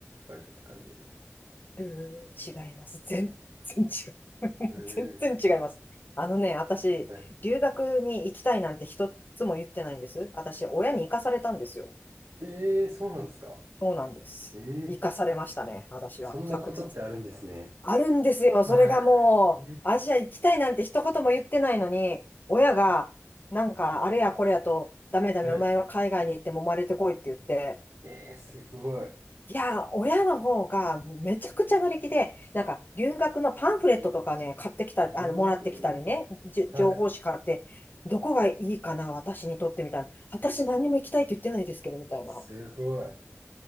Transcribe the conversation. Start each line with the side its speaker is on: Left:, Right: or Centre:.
Right: かれたって感じ。
Left: うーん、違います。全然違う。<laughs>
Right: ええ
Left: 全然違います。あのね、私、
Right: はい。
Left: 留学に行きたいなんて一つも言ってないんです。私、親に行かされたんですよ。
Right: ええそうなんですか。
Left: そうなんです。
Right: ええ
Left: 行かされましたね、私は。
Right: そんなことってあるんですね。
Left: 確実。あるんですよ。
Right: あ、
Left: それがもう、
Right: <laughs> え
Left: アジア行きたいなんて一言も言ってないのに、親が、なんか、あれやこれやと、ダメダメ、
Right: えはい。
Left: お前は海外に行って揉まれてこいって言って、
Right: ええすごい。
Left: いや、親の方がめちゃくちゃ乗り気で、なんか留学のパンフレットとかね、
Right: うん。
Left: 買ってきた、
Right: うーん。
Left: あの、もらってきたりね、じ情報誌買って、
Right: はい。
Left: どこがいいかな、私にとってみたいな。私何も行きたいと言ってないですけど、みたいな。
Right: すごい。